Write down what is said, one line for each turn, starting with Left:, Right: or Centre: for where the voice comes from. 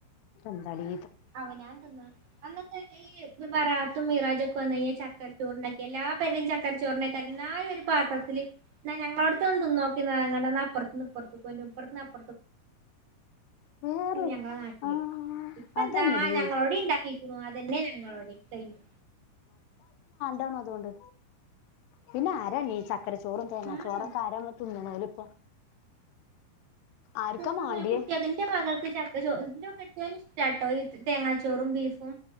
Left: ന്താടി
Right: അവനാൻ തിന്ന് അന്നത്തെ ഈ ബറാത്തും മീറാജൊക്കെ വന്ന് ചക്കര പോർണക്ക എല്ലാ പേരിലും ചക്കര ചോർണ്ണേക്ക എന്നാലും ഒരു പാത്രത്തില് ഞങ്ങളോടെത്തെ ഒന്ന് തിന്ന് നോക്ക് ഞന്ന് അപ്പറത്തൂന്ന് ഇപ്പറത്തൊന്നു ഇപ്പറത്തൂന് അപ്പറത്ത
Left: വേറെ
Right: ഞങ്ങളെ നാട്ടില്
Left: ആ
Right: ഇപ്പ
Left: അതന്നെടി
Right: എന്താ ആ ഞങ്ങളോടെ ഇണ്ടാക്കിരിക്കണു അതന്നെ ഞങ്ങളോടെ കഴിഞ്ഞു
Left: താണൊ അതോണ്ട് പിന്നെ ആരാ ഈ ച ക്കര ചോറും തേങ്ങാ
Right: ഉം
Left: ചോറൊക്കെ ആരാ വെപ്പും തിന്ന് ണോലും ഇപ്പൊ ആർക്കാ
Right: ഇതൊന്നു
Left: മാണ്ടിയേ
Right: കുട്ട്യോകിന്റെ മകൾക്ക് ചക്കര ചോറ് ന്റെ കെട്ട്യോനിഷ്ട്ടാ തേങ്ങാ ചോ ങ്ങാ ചോറും ബീഫും